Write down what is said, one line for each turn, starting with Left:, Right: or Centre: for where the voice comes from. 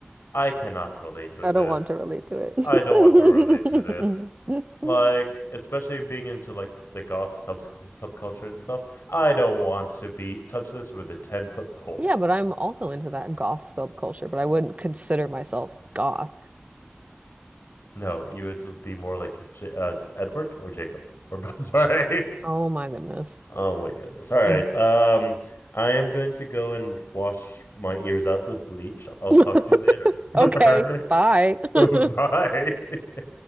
Left: I cannot relate with
Right: I don't
Left: it.
Right: want to relate to it. <laughs>
Left: I don't want to relate to this. Like, especially being into like the goth sub subculture and stuff. I don't want to be touch this with a 10 foot pole.
Right: Yeah, but I'm also into that goth subculture, but I wouldn't consider myself goth.
Left: No, you would be more like J uh, Edward or Jacob or <laughs> Sorry.
Right: Oh my goodness.
Left: Oh my goodness. All right.
Right: I'm
Left: Um, I am going to go and wash my ears out with bleach. I'll
Right: <laughs>
Left: talk to you
Right: okay,
Left: later.
Right: bye. <laughs>
Left: <laughs> All right. <laughs> Bye.